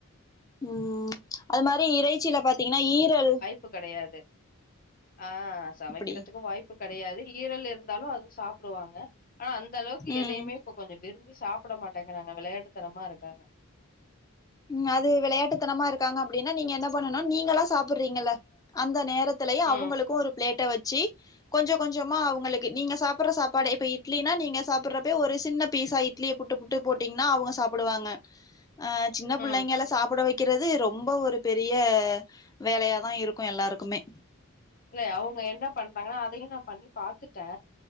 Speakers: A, on the left; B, on the left.
A: ம் அது மாறி இறைச்சியில பாத்தீங்கன்னா ஈரல்
B: உப்பு கெடையாது ஆ சமைக்கிறதுக்கு
A: அப்டி
B: வாய்ப்பு கெடையாது ஈரல் இருந்தாலூ அதூ சாப்புடுவாங்க ஆனா அந்த அளவுக்கு
A: ம்
B: எதையுமே கொஞ்ச விரும்பி சாப்பிட மாட்டேங்கிறாங்க விளையாட்டுத்தனமா இருக்காங்க
A: ம் அது விளையாட்டுத்தனமா இருக்காங்க அப்டின்னா நீங்க என்ன பண்ணனோ நீங்களா சாப்புறீங்கல்ல அந்த நேரத் திலயூ அவங்களுக்கூ
B: ம்
A: ஒரு பிளேட்ட வெச்சி கொஞ்சொ கொஞ்சமா அவங்களுக்கு நீங்க சாப்புற சாப்பாடு இப்ப இட்லினா நீங்க சாப்புறப்பே ஒரு சின்ன பீஸா இட்லியே புட்டு புட்டு போட்டீங்கன்னா அவங்க சாப்டுவாங்க அ சின்ன புள்ளைங்கள
B: ம்
A: சாப்புட வைக் க்கிறது ரொம்ப ஒரு பெரிய வேலையாதா இருக்கூ எல்லாருக்குமே
B: இல்ல அவங்க என்ன பண்றாங்கன்னா அதையும் நா பண்ணி பாத்துட்டே